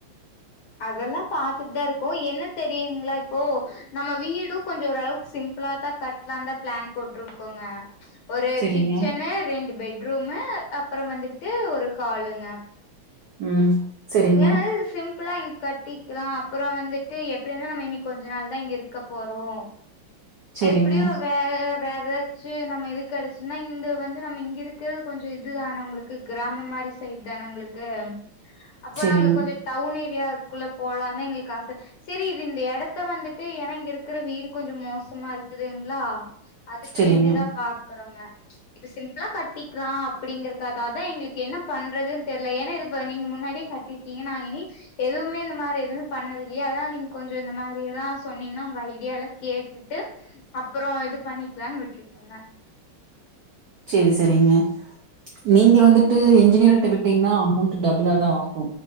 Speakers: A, on the left; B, on the right.
A: அதெல்லா பாத்துட்டு தா இருக்கோ என்ன தெரியுங்களா இப்போ நம்ம வீடு கொஞ்ச ஓரளவுக்கு சிம்பிளா தா கட்லாந்தா பிளான் போட்ருக்கோங்க ஒரு
B: சரிங்க
A: கிச்சனு, ரெண்டு பெட் ரூமு அப்றம் வந்துட்டு ஒரு ஹாலுங்க
B: ம் சரிங்க
A: ஏ சிம்பிளா இங்க கட்டிக்கலா அப்பறோ வந்துட்டு எப்டி இருந்தாலு நம்ம இனி கொஞ்ச நாள் தா இங்கிருக்க போறோ
B: சரிங்க
A: எப்டியு வே வேற எதா ச்சு நம்ம இது கெடச்சுன்னா இந்து வந்து நம்ம இங்க இருக்கறது கொஞ்ச இது தான உங்களுக்கு கிராமம் மாரி சைட் தான உங்களுக்கு அப்போ
B: சரிங்க
A: நாங்க கொஞ்சோ டவுன் ஏரியா க்குள்ள போலா தா எங்களுக்கு ஆச செரி இது இந்த எடத்த வந்துட்டு ஏனா இங்க இருக்கற வீடு கொஞ்சோ மோசமா இருக்குதுங்ளா அதுக்கு
B: சரிங்க
A: வேண்டிதா பாக்கறோங்க இப்ப சிம்பிளா கட்டிக்கலா அப்பிடிங்கறக்காதா அதா எங்களுக்கு என்ன பண்றதுன் தெர்ல ஏனா இது இப்ப நீங்க முன்னாடி கட்டீர்க்கீங்க நாங்க இன்னி எதுவ்மே இந்த மாரி எதுவ்மே பண்ணதில்லியே அதா நீங் கொஞ்சோ இந்த மாரி எல்லா சொன்னீங்னா உங்க ஐடியால்லா கேட்டுட்டு அப்பறோ இது பண்ணிக்கலான் விட்டுட்டங்க
B: <unintelligible> செரிங்க நீங்க வந்துட்டு இன்ஜினியர்ட்ட விட்டீங்ன்னா அமௌண்ட்டு டபுளாதா ஆகு